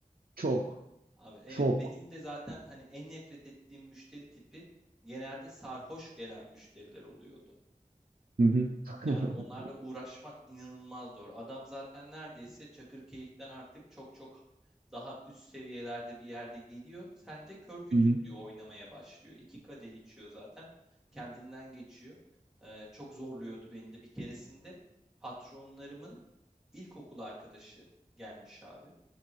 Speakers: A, on the right; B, in the centre.
A: Çok.
B: Abi evet
A: Çok.
B: benim de zaten hani en nefret ettiğim müşteri tipi genelde sarhoş gelen müşteriler oluyordu.
A: Hı hı. <laughs>
B: Yani onlarla uğraşmak inanılmaz zor. Adam zaten neredeyse Çakırkeyif'ten artık çok çok daha üst seviyelerde bir yerde geliyor. Sen de kör kütüklüğü
A: Hı hı.
B: oynamaya başlıyor. İki kadeh içiyor zaten. Kendinden geçiyor. Ee, çok zorluyordu beni de. Bir keresinde patronlarımın ilkokul arkadaşı gelmiş abi.